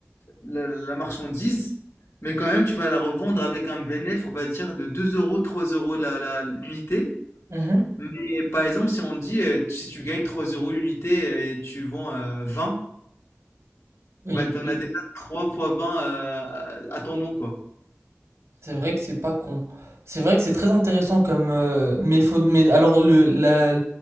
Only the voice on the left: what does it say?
la, la marchandise, mais quand même, tu vas la revendre avec un bénéfice, on va dire, de 2 euros, 3 euros la, la- l'unité.
Mais par exemple, si on dit, euh, si tu gagnes 3 euros l'unité euh, et tu vends euh, 20,
bah,
t'en
as déjà 3 fois 20 euh, à à ton nom, quoi.